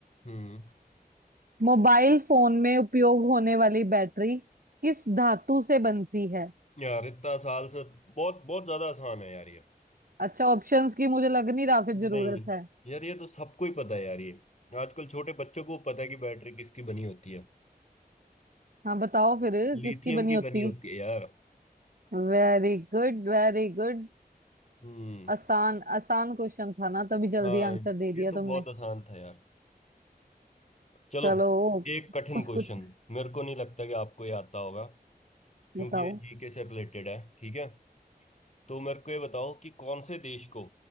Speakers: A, on the left; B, on the right.
A: हम्म
B: मोबाइल फोन में उपयोग होने वाली बैटरी किस धातु से बनती है
A: यार इतना साल से बहुत बहुत ज्यादा आसान है यार ये
B: अच्छा ऑप्शंस की मुझे लग नहीं रहा फिर जरूरत
A: नहीं
B: है
A: यार ये तो सबको ही पता है यार ये आजकल छोटे बच्चों को पता है कि बैटरी किसकी बनी होती है
B: हाँ बताओ फिर
A: लिथियम
B: किसकी बनी
A: की
B: होती
A: बनी होती
B: है
A: है यार
B: Very good very good
A: हम्म
B: आसान आसान क्वेश्चन था ना तभी जल्दी
A: हाँ
B: आंसर दे दिया
A: ये तो बहुत
B: तुमने
A: आसान था यार चलो
B: चलो
A: एक कठिन
B: कुछ
A: क्वेश्चन
B: कुछ
A: मेरे को नहीं लगता कि आपको ये आता होगा क्योंकि
B: बताओ
A: ये जीके से रिलेटेड है ठीक है तो मेरे को ये बताओ कि कौन से देश को